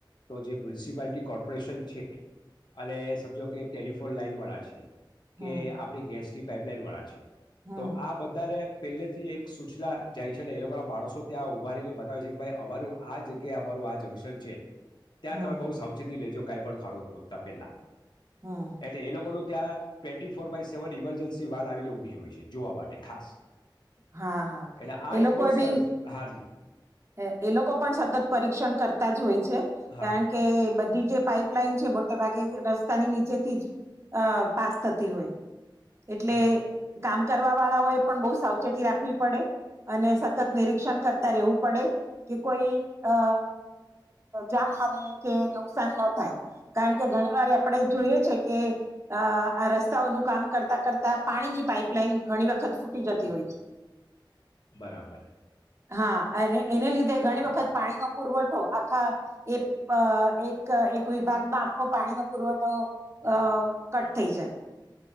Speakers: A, on the left (about 60°); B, on the right (about 35°).
A: તો જે મ્યુનિસિપાલિટી કોર્પોરેશન છે. અને સમજો કે ટેલિફોન લાાઈન વાળા છે.
B: હમ
A: કે આપણી ગેસ્ટ્રી પાઇપલાઈન વાળા છે.
B: હમ
A: તો આ બધાને પહેલેથી એક સૂચલા જાય છે અને એ લોકોના માણસો ત્યાં ઉઊભા રને બતાવે છે, કે ભાઈ અમારું આ જગ્યાએ અમારું આ જંગસલ છે. ત્યા,
B: હમ
A: તમે બહુ સાવચેતી લેજો કઈ, પણ ખારોખત તપેલા
B: હમ
A: એટલે એ લોકોનુ ત્યાર સેવન ઇમરજન્સી વા આવી ઉભી હોય છે, જોવા માટે ખાસ
B: હા, હા,
A: એટલે આ
B: એ લોકો
A: એક બહુ સરસ
B: ભી
A: હાજી
B: હે, એ લોકો પણ સતત પરીક્ષણ કરતા જ હોય છે
A: હા
B: કારણ કે બધી જ જે પાઈપલાઇન છે મોટે ભાગે રસ્તાની નીચેથી જ અ પાસ થતી હોય એટલે
A: બ
B: કામ કરવા વાળાઓ એ પણ બહુ સાવચેતી રાખવી પડે અને સતત નિરીક્ષણ કરતા રહેવું પડે કે કોઈ અ જાનહાની કે નુકસાન ન થાય કારણ કે ઘણી વાર આપણે જોઈએ છે કે આ રસ્તાઓનું કામ કરતા કરતા પાણીની પાઈપલાઈન ઘણી વખત ફૂટી જતી હોય છે.
A: બરાબર.
B: હા. અને એને લીધે ઘણી વખત પાણીનો પુરવઠો આખા એક એક એક વિભાગમાં આખો પાણીનો પુરવઠો અ કટ થઈ જાય.